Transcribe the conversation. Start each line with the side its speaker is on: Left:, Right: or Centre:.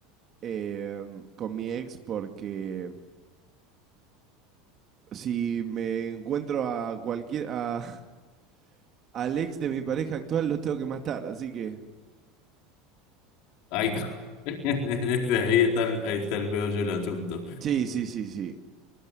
Right: em, con mi ex porque si me encuentro a cualquier... A, <laughs> al ex de mi pareja actual lo tengo que matar, así que...
Left: Ay, co- <laughs> ahí está, el- ahí está el meollo del asunto.
Right: Sí, sí, sí, sí.